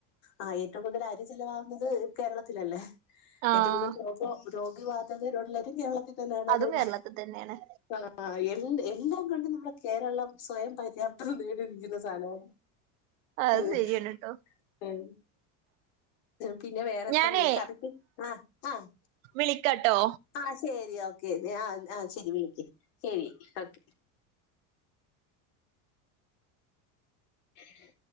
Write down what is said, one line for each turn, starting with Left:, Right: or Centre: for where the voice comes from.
Left: ആഹ് ഏറ്റവും കൂടുതൽ അരി ചെലവാകുന്നത് കേരളത്തിലല്ലേ
Right: ആഹ്
Left: ഏറ്റവും കൂടുതൽ ര രോഗി ബാധകരുള്ളരും കേരളത്തിൽ തന്നെയാണ് അതുകൊണ്ട്
Right: അതും കേരളത്തിൽ തന്നെയാണ്
Left: ആഹ് ആഹ് എ എല്ലാംകൊണ്ടും നമ്മുടെ കേരളം സ്വയം പര്യാപ്ത നേടിയിരിക്കുന്ന സ്ഥലമാണ്
Right: അത്
Left: ഉം ഉം
Right: ശരിയാണ് ട്ടോ
Left: ശെരി പിന്നെ വേറെന്താ
Right: ഞാനേ
Left: മീൻ കറിക്ക് ആഹ് ആഹ്
Right: വിളിക്കാട്ടോ
Left: ആഹ് ശരി ഓക്കെ ആഹ് ആഹ് ശരി വിളിക്ക് ശരി ഓക്കെ ഏഹ്